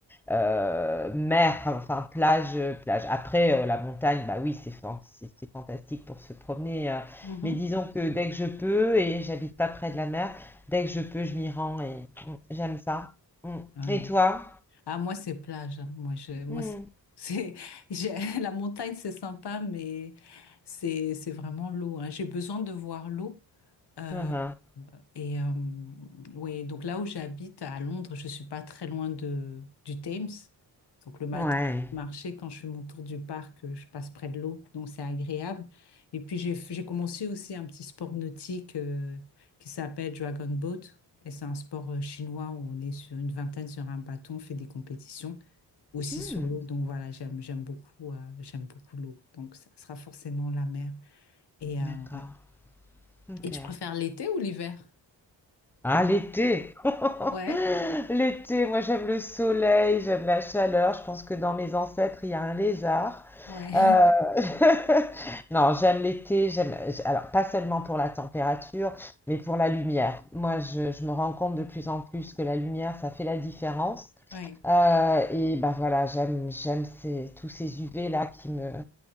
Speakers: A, in the centre; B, on the left.
A: Euh, mer, enfin, plage, euh, plage. Après, euh, la montagne, bah oui, c'est fan- c'est- c'est fantastique pour se promener. euh,
B: Mhm.
A: mais disons que dès que je peux, et j'habite pas près de la mer, dès que je peux, je m'y rends et mm, j'aime ça. Mm.
B: Oui.
A: Et toi?
B: Ah moi c'est plage. hein. Moi je moi
A: Hmm.
B: c'est c'est- <laughs> j'ai- la montagne c'est sympa mais c'est c'est vraiment l'eau hein. J'ai besoin de voir l'eau. euh,
A: Ah ah.
B: Et euh, oui, donc là où j'habite à Londres, je suis pas très loin de, du Thames. Donc le matin,
A: Ouais.
B: je peux marcher quand je fais mon tour du parc, euh, je passe près de l'eau, donc c'est agréable. Et puis j'ai f- j'ai commencé aussi un petit sport nautique euh, qui s'appelle Dragon Boat. Et c'est un sport euh, chinois où on est sur une vingtaine sur un bâton, on fait des compétitions aussi
A: Hmm.
B: sur l'eau. Donc voilà, j'aime j'aime beaucoup euh, j'aime beaucoup l'eau. Donc ça sera forcément la mer. Et
A: D'accord.
B: euh, ouais.
A: Ok.
B: Et tu préfères l'été ou l'hiver?
A: Ah, l'été! <laughs>
B: Ouais,
A: L'été, moi j'aime le soleil, j'aime la chaleur. Je pense que dans mes ancêtres, il y a un lézard.
B: ouais.
A: Euh, <laughs> Non, j'aime l'été, j'aime, j- alors pas seulement pour la température, mais pour la lumière. Moi, je, je me rends compte de plus en plus que la lumière, ça fait la différence.
B: Ouais,
A: Euh, et ben voilà, j'aime, j'aime ces, tous ces UV là qui me,